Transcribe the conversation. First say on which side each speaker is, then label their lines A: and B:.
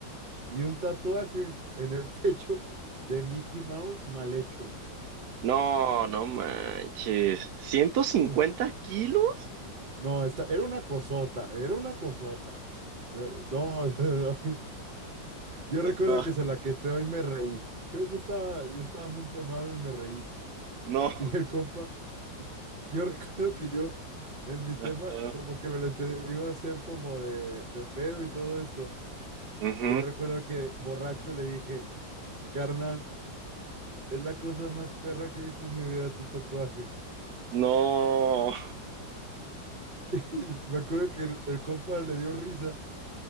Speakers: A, on the right (about 35°); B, on the right (about 70°).
A: y un tatuaje en el <laughs> pecho de Mickey Mouse mal hecho.
B: No, no manches. ciento cincuenta
A: Tú-
B: kilos?
A: no, esta, era una cosota, era una cosota. Eh, No, <laughs> o sea, a mí- yo recuerdo
B: Ajá.
A: que se la queteó y me reí. Yo, yo estaba, yo estaba muy tomado y me reí.
B: No.
A: Y el compa Yo <laughs> recuerdo que yo, en mi tema,
B: Ajá.
A: como que me lo ente- iba a hacer como de, de pedo y todo esto.
B: Ujú.
A: Y yo recuerdo que borracho le dije, carnal, es la cosa más perra que he visto en mi vida, tu tatuaje.
B: No.
A: <laughs> Y me acuerdo que el, el compa le dio risa